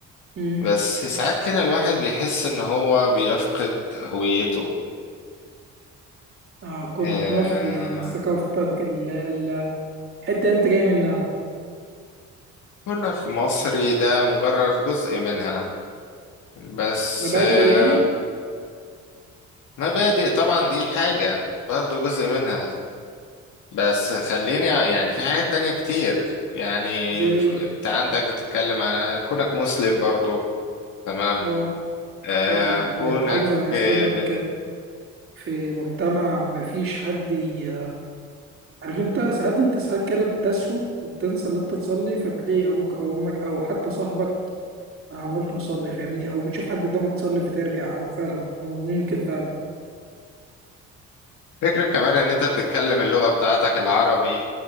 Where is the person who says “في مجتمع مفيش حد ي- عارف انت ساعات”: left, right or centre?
Right